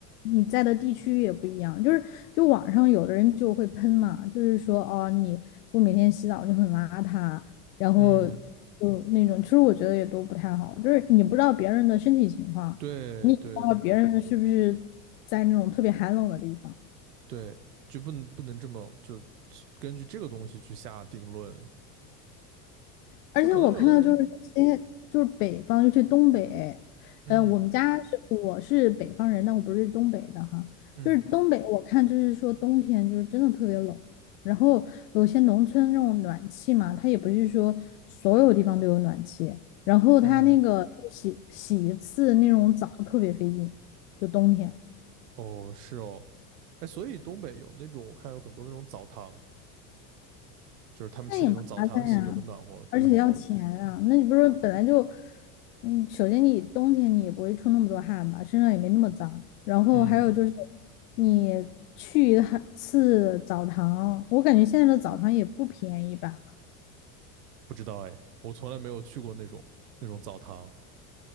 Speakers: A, on the left; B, on the right.
A: 你在的地区也不一样，就是就网上有的人就会喷嘛，就是说哦，你不每天洗澡就很邋遢，然后就那种，
B: 嗯，
A: 其实我觉得也都不太好，就是你不知道别人的身体情况，
B: 对对
A: 你也不知道别人是不是在那种特别寒冷的地方。
B: 对，就不能不能这么就根据这个东西去下定论。
A: 而且我看到就是有些就是北方，
B: 就可能有的人，
A: 尤其东北，
B: 嗯
A: 呃，我们家是我是北方人，但我不是东北的哈。
B: 嗯
A: 就是东北，我看就是说冬天就是真的特别冷，然后有些农村那种暖气嘛，它也不是说所有地方都有暖气，然后它那个就洗洗一次那种澡特别费劲，
B: 嗯，
A: 就冬天。
B: 哦是哦，哎，所以东北有那种我看有很多那种澡堂，就是他们去那种澡堂洗就很暖和。
A: 那也麻烦呀，而且要钱啊。
B: 嗯
A: 那你不是本来就，嗯，首先你冬天你也不会出那么多汗吧，身上也没那么脏。然后还有就是，
B: 嗯，
A: 你去一趟次澡堂，我感觉现在的澡堂也不便宜吧。
B: 不知道哎，我从来没有去过那种那种澡堂。